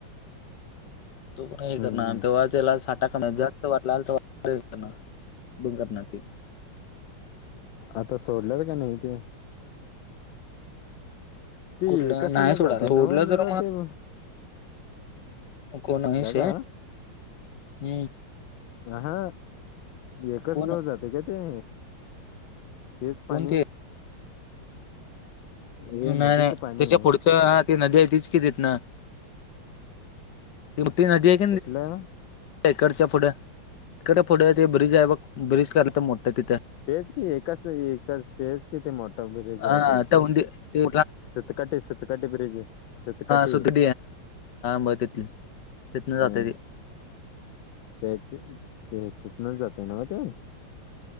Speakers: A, on the left (about 60°); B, on the left (about 75°).
A: तो, प हे करणार
B: हम्म
A: तेव्हा त्याला साठा कण्याचा. <unintelligible> बंगप नाती.
B: आता सोडल्यात, का नाही ते? ते
A: कुठलं
B: कसला
A: नाही सोडा
B: जातय
A: सोडलं
B: नवा
A: तर
B: जाते मग.
A: कोण,
B: दादा
A: स हम्म
B: ह हा एकच
A: कोण
B: दिवस जातंय काय ते? तेच,
A: कोण
B: पाणी
A: ते
B: हे
A: नाही
B: नदीचं
A: नाही
B: पाणी
A: त्याच्या पुढचं ती नदी आहे तीच कि तिथन <unintelligible>
B: कुठलं?
A: इकडच्या पुढे इकड पुढे ते ब्रिज आहे बघ ब्रिज करत मोठं तिथ.
B: तेच की कसं हे तर. तेच, किती मोठं ब्रिज
A: हा
B: आहे ते
A: त्या उंदी ते
B: सतकाटी सतकाटी ब्रिज. सतकाटे
A: सुधघ ब, तिथ तिथन
B: हम्म
A: जात त
B: ते ते ते, तिथूनच जातय ना म ते?